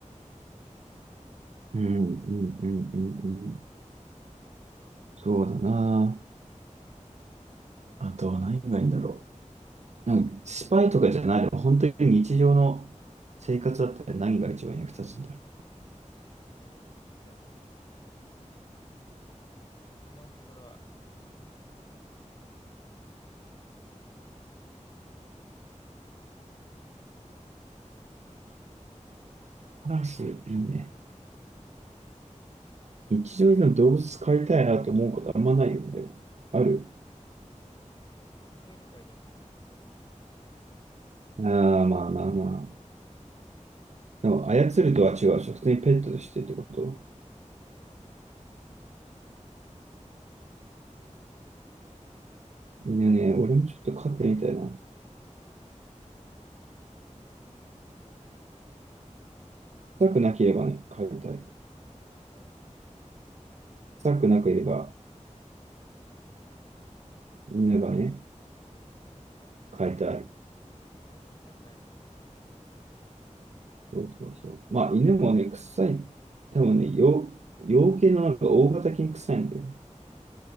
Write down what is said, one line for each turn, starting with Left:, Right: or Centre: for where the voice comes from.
Right: うんうんうんうんうん。そうだな。あとは何がいいんだろう。なんか、スパイとかじゃないでも本当に日常の生活だったら何が一番役立つんだろう。
Left: もうカラスじゃないの、ぶっちゃけ。今のところはトップいくよね。他に何があるかね。
Right: カラス、いいね。日常でも動物飼いたいなと思うことあんまないよね、でも。ある
Left: 俺めっちゃ犬飼いたいんだけど。犬強いね。
Right: ああー、まあまあまあ。
Left: 強いやん。
Right: でも、操るとは違うでしょ。普通にペットとしてってこと
Left: そうだね。
Right: 犬ね、俺もちょっと飼ってみたいな。臭くなければね、飼いたい。
Left: え
Right: 臭くなければ、
Left: 臭くないかもね。
Right: 犬がね、
Left: 確かに。
Right: 飼いたい。
Left: 猫、猫臭くないもんね、あんまり。全然。
Right: そうそうそう。まあ、犬もね、臭い。多分ね、洋、養系のなんか大型犬臭いんだよね。